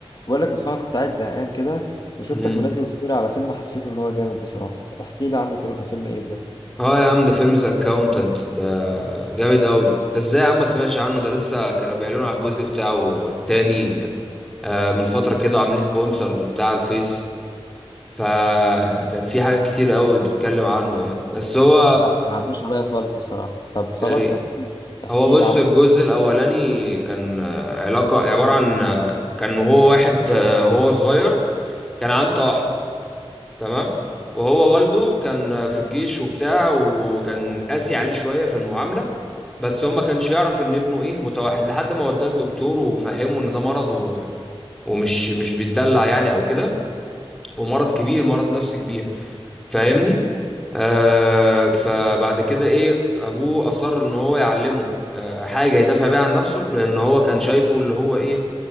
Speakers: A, on the left; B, in the centre.
A: بقول لك يا اخويا كنت قاعد زهقان كده وشفتك
B: مم.
A: منزل ستوري على فيلم حسيت ان هو جامد بصراحة احكي لي عنه كده ده فيلم ايه ده
B: اه يا عم ده فيلم ذا اكاونتنت ده جامد قوي انت ازاي يا عم ما سمعتش عنه ده لسه كانوا بيعلنوا على الجزء بتاعه تاني آه، من فترة كده عاملين سبونسرز وبتاع على الفيس فكان في حاجات كتير قوي بيتكلم عنه يعني بس هو
A: لا ما عداش عليا خالص الصراحة طب خلاص
B: يعني
A: احكي احكي
B: هو بص
A: لي عنه
B: الجزء الأولاني كان آه، علاقة عبارة عن آه، كان هو واحد آه، هو صغير كان عنده توحد تمام وهو والده كان في الجيش وبتاع وكان قاسي عليه شوية في المعاملة بس هو ما كانش يعرف ان ابنه ايه متوحد لحد ما وداه لدكتور وفهمه ان ده مرض و... ومش مش بيتدلع يعني او كده ومرض كبير مرض نفسي كبير فاهمني آه فبعد كده ايه ابوه اصر ان هو يعلمه آه حاجه يدافع بيها عن نفسه لان هو كان شايفه اللي هو ايه